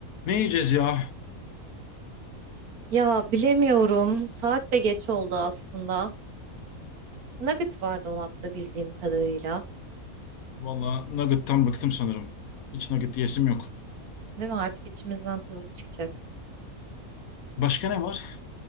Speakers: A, on the left (about 75°); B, on the right (about 85°).
A: Ne yiyeceğiz ya?
B: Ya bilemiyorum. Saat de geç oldu aslında. Nugget var dolapta bildiğim kadarıyla.
A: Valla nugget'tan bıktım sanırım. Hiç nugget yiyesim yok.
B: Değil mi? Artık içimizden tavuk çıkacak.
A: Başka ne var?